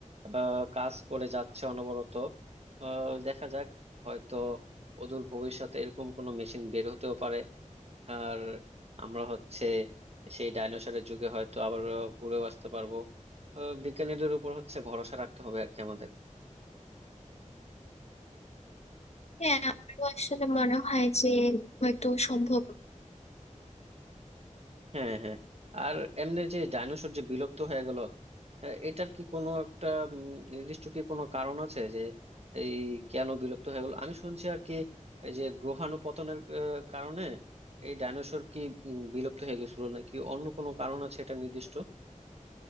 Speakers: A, on the right; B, on the left.
A: আহ, কাজ করে যাচ্ছে অনবরত আহ, দেখা যাক হয়তো অদূর ভবিষ্যতে এরকম কোনো মেশিন বের হতেও পারে আর আমরা হচ্ছে সেই ডাইনোসরের যুগে হয়তো আবার ঘুরেও আসতে পারবো আহ, বিজ্ঞানীদের উপর হচ্ছে ভরসা রাখতে হবে আর কি আমাদের
B: হ্যাঁ আমারও আসলে মনে হয় যে হয়তো সম্ভব
A: হ্যাঁ হ্যাঁ আর এমনি যে ডাইনোসর যে বিলুপ্ত হয়ে গেল আহ, এটার কি কোনো একটা উম, নির্দিষ্ট কি কোনো কারণ আছে যে এই কেন বিলুপ্ত হয়ে গেল আমি শুনছি আর কি এই যে গ্রহাণুপতনের আহ, কারণে এই ডাইনোসর কি উম, বিলুপ্ত হয়ে গেছিল নাকি অন্য কোনো কারণ আছে এটা নির্দিষ্ট